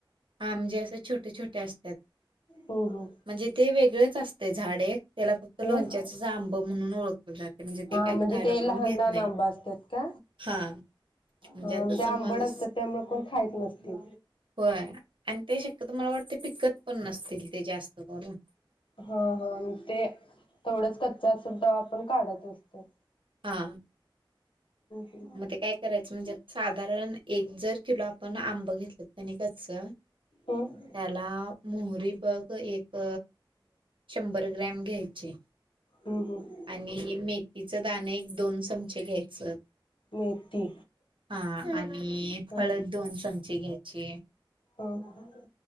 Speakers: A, on the right; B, on the left.
A: आ म्हणजे अस छोटे छोटे असतात
B: हम्म हम्म
A: म्हणजे ते वेगळच अस ते झाड एक त्याला फक्त लोणच्याचच
B: हम्म
A: आंब म्हणून ओळखले जाते म्हणजे ते
B: हा
A: काय
B: म्हणजे ते
A: कोण
B: लहान
A: घेत
B: लहान
A: नाही
B: आंबा असतात का
A: हा म्हणजे
B: हा
A: आता
B: अन ते आंबट
A: समज
B: असतात त्यामुळे कोण खाईत नसतील.
A: होय आणि ते शक्यतो मला वाटते पिकत पण नसतील ते जास्त करून
B: हा हा ते तेवडंच कच्च असेल तवा आपण काढत असतो.
A: हा
B: हम्म
A: मग ते काय करायचं म्हणजे साधारण. एक जर किलो आ पण आंब घेतल कनी कच्च त्याला
B: हम्म
A: मोहरी बघ एक शंभर ग्रॅम घ्यायची.
B: हम्म हम्म
A: आणि मेथीचं दाण एक दोन चमचे घ्यायच.
B: मेथी
A: हा. आणि
B: हा
A: हळद दोन चमचे घ्याय <inaudible>
B: हं.